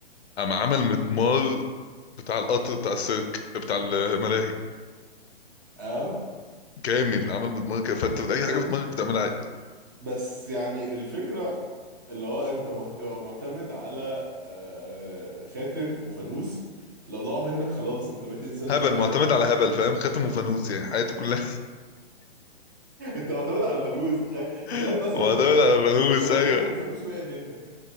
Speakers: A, on the left; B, on the right.
A: قام عمل مدمار بتاع القطر بتاع السيرك بتاع الملاهي
B: اه
A: كامل عمل مدمار كده فانت اي
B: ب-
A: حاجه في دماغك بتعملها عادي
B: بس يعني الفكرة اللي هو انت م- هتبقى معتمد على آه، خاتم وفانوس لو ضاعوا منك خلاص انت بقيت انسان
A: هبل
B: تاني
A: معتمد
B: عادي
A: على هبل فاهم خاتم وفانوس يعني حياتي كلها
B: <laughs> انت معتمد على فانوس تخيل تخيل
A: <laughs>
B: مثلا
A: معتمد على فانوس
B: كنت في رمضان
A: ايوه
B: وفانوس وقع منك